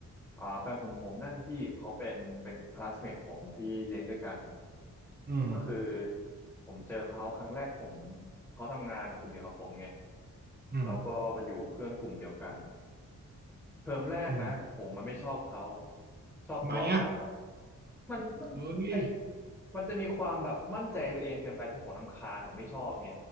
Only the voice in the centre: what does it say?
อ่าแฟนผมผมนั่นพี่เขาเป็นเป็นคลาสเมทผมที่เรียนด้วยกัน
ก็คือผมเจอเขาครั้งแรกผมเขาทำงานกลุ่มเดียวกับผมไง
แล้วก็มาอยู่เพื่อนกลุ่มเดียวกันเทอมแรกนะผมมันไม่ชอบเขา
ชอบทะเลาะกันแบบ
มันมันไอ
มันจะมีความแบบมั่นใจตัวเองเกินไปจนผมรำคาญผมไม่ชอบไง